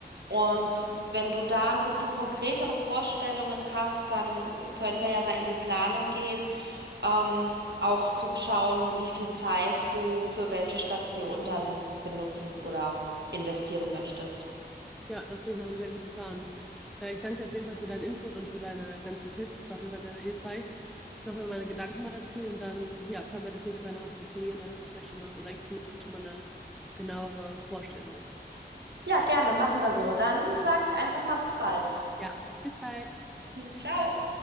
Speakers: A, on the right; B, in the centre.
A: Und wenn du da ein bisschen konkretere Vorstellungen hast, dann können wir ja mal in die Planung gehen, ähm, auch zu schauen, wie viel Zeit du für welche Station dann benutzen oder investieren möchtest.
B: Ja, das klingt nach einem sehr guten Plan. Äh, ich danke dir auf jeden Fall für deinen Input und für deine ganzen Tipps. Das war auf jeden Fall sehr, sehr hilfreich. Ich mache mir meine Gedanken mal dazu und dann, ja, können wir das nächste Mal nochmal telefonieren. Dann haben wir vielleicht schon mal, oder ich zumindest schon mal eine genauere Vorstellung.
A: Ja, gerne, machen wir so. Dann
B: Sehr
A: sage
B: gut.
A: ich einfach mal bis bald.
B: Ja, bis bald.
A: <laughs> Ciao.
B: Ciao.